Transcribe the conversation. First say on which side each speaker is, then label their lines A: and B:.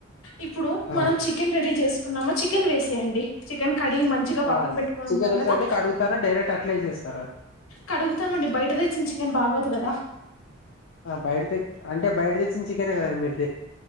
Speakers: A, on the left; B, on the left.
A: ఇప్పుడు
B: ఆ
A: మనం చికెన్ రెడీ చేస్క్ కున్నామా చికెన్ వేసేయన్డి చికెన్ కడిగి మంచిగా పక్కనబెట్టుకొనున్టామ్
B: ఆ చికెన్ ఎట్లా
A: గదా
B: అండి కడుగుతారా డైరెక్ట్ అట్లా వేసేస్తారా
A: కడుగుతామండి బయట తెచ్చిన చికెన్ బాగోదు గదా
B: ఆ బయట తె అంటే బయట తెచ్చిన చికెనే గదా మీర్